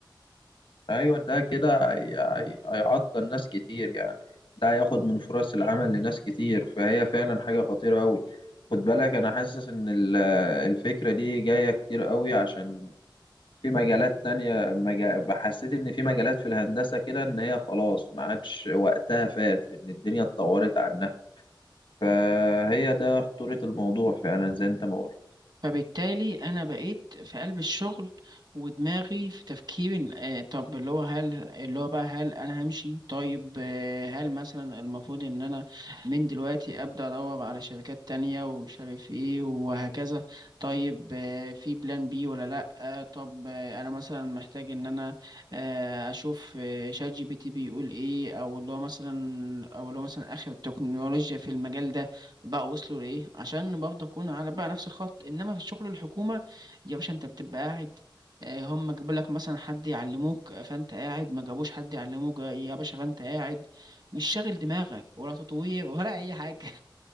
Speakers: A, on the left; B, on the right.
A: أيوة ده كده هي- هي- هيعطل ناس كتير يعني ده هياخد من فرص العمل لناس كتير فهي فعلا حاجة خطيرة أوي خد بالك أنا حاسس إن ال- الفكرة دي جاية كتير أوي عشان في مجالات تانية مجا... حسيت إن في مجالات في الهندسة كده إن هي خلاص ما عادش وقتها فات لأن الدنيا اتطورت عنها فهي ده خطورة الموضوع فعلا زي أنت ما قلت
B: فبالتالي انا بقيت في قلب الشغل ودماغي في تفكير آه، طب اللي هو هل اللي هو بقى هل انا همشي طيب آه، هل مثلا المفروض ان انا من دلوقتي ابدا ادور على شركات تانية ومش عارف ايه وهكذا طيب آه، في بلان بي ولا لا آه، طب آه، انا مثلا محتاج ان انا آه، اشوف آه، شات جي بي تي بيقول ايه او اللي هو مثلا او اللي هو مثلا اخر التكنولوجيا في المجال ده بقى وصلوا لايه عشان برضه اكون على بقى نفس الخط انما في الشغل الحكومه يا باشا انت بتبقى قاعد آه، هم جابوا لك مثلا حد يعلموك فانت قاعد ما جابوش حد يعلموك يا باشا فانت قاعد مش شاغل دماغك ولا تطوير ولا اي حاجه